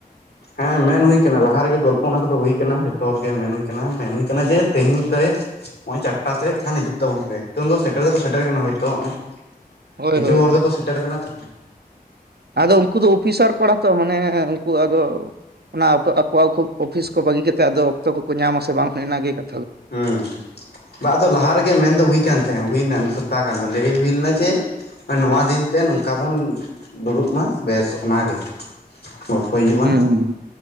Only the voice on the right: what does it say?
ᱦᱳᱭ
ᱦᱳᱭ
ᱦᱳᱭ
ᱟᱫᱚ ᱩᱱᱠᱩ ᱫᱚ ᱚᱯᱷᱤᱥᱟᱨ ᱠᱚᱲᱟ ᱛᱚ ᱢᱟᱱᱮ ᱩᱱᱠᱩ ᱟᱫᱚ ᱚᱱᱟ ᱟᱯᱚ ᱟᱠᱚ ᱟᱠᱩ ᱚᱯᱷᱤᱥ ᱠᱚ ᱵᱟᱹᱜᱤ ᱠᱟᱛᱮᱜ ᱟᱫᱚ ᱚᱠᱛᱚ ᱠᱚᱠᱚ ᱧᱟᱢᱟ ᱥᱮ ᱵᱟᱝ ᱚᱱᱮ ᱚᱱᱟ ᱜᱮ ᱠᱟ
ᱦᱩᱸ ᱦᱩᱸ